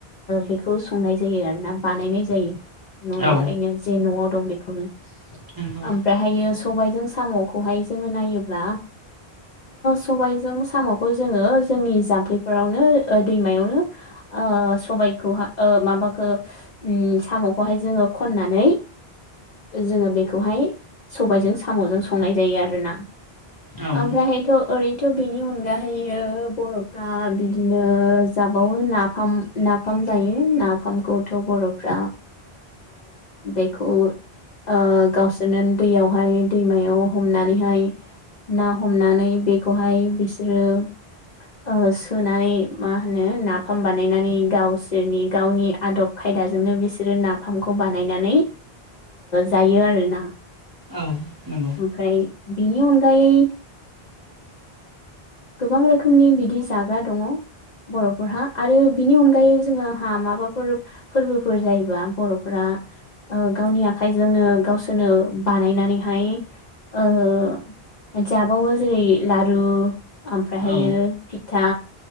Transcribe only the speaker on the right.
औ
नंगौ
औ
औ नंगौ
औ नंगौ औ